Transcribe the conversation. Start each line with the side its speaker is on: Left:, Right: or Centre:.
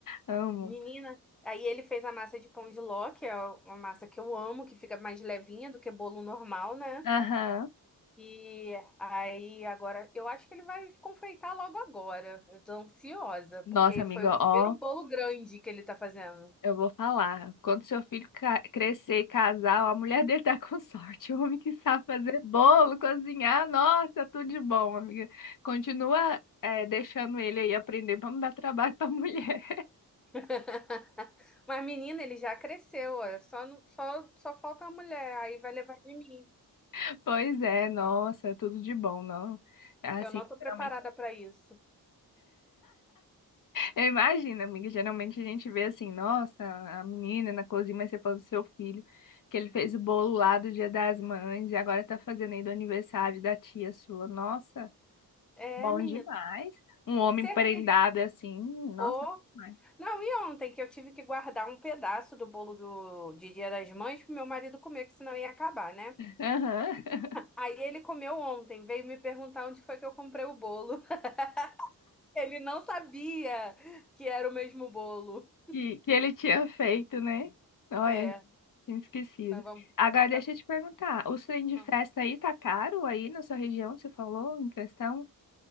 Left: Amo.
Centre: Menina, aí ele fez a massa de pão de ló, que é uma massa que eu amo, que fica mais levinha do que bolo normal, né?
Left: Aham.
Centre: E aí agora, eu acho que ele vai confeitar logo agora. Eu tô ansiosa, porque
Left: Nossa, amiga,
Centre: foi o primeiro
Left: ó.
Centre: bolo grande que ele tá fazendo.
Left: Eu vou falar. Quando seu filho ca- crescer e casar, ó, a mulher dele tá com <laughs> sorte. O homem que sabe fazer bolo, cozinhar, nossa, tudo de bom, amiga. Continua, eh, deixando ele aí aprender pra não dar trabalho pra mulher.
Centre: <laughs> Mas menina, ele já cresceu, ó. Só, não- só, só falta a mulher, aí vai levar de mim.
Left: <laughs> Pois é, nossa, tudo de bom, não. Assim,
Centre: Eu não tô preparada
Left: geralmente.
Centre: pra isso.
Left: Eu imagino, amiga, geralmente a gente vê assim, nossa, a menina na cozinha, mas você falou do seu filho, que ele fez o bolo lá do Dia das Mães e agora tá fazendo aí do aniversário da tia sua. Nossa.
Centre: É,
Left: Bom
Centre: menina,
Left: demais. Um homem
Centre: você
Left: prendado
Centre: acredita?
Left: assim, nossa,
Centre: Ô,
Left: demais.
Centre: Não, e ontem que eu tive que guardar um pedaço do bolo do, de Dia das Mães pro meu marido comer, que senão ia acabar, né?
Left: Aham.
Centre: Aí ele comeu ontem, veio me perguntar onde foi que eu comprei o bolo. <laughs> Ele não sabia que era o mesmo bolo.
Left: Que, que ele tinha feito, né? Olha,
Centre: É,
Left: tinha esquecido.
Centre: tava,
Left: Agora deixa
Centre: tava...
Left: eu te perguntar, os trem de
Centre: ah,
Left: festa aí tá caro aí na sua região, você falou em questão?